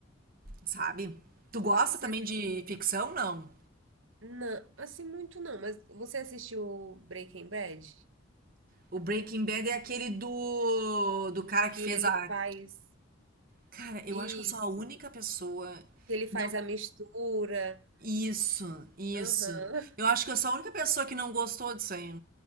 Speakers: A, on the right (about 45°); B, on the right (about 70°).
A: sabe? Tu gosta
B: É, você
A: também
B: assistiu?
A: de ficção? Não.
B: Não, assim muito não, mas você assistiu Breaking Bad?
A: O Breaking Bad é aquele do, do cara que
B: E
A: fez
B: ele
A: a.
B: faz
A: Cara, eu
B: isso,
A: acho que eu sou a única pessoa
B: que ele
A: que
B: faz
A: não.
B: a mistura.
A: Isso, isso.
B: Aham.
A: Eu acho que eu sou a única pessoa que não gostou disso aí.